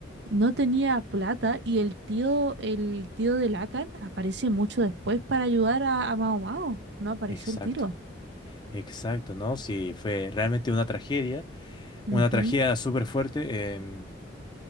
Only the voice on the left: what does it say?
Exacto,
exacto, ¿no? Sí, fue realmente una tragedia,
una tragedia súper fuerte. em,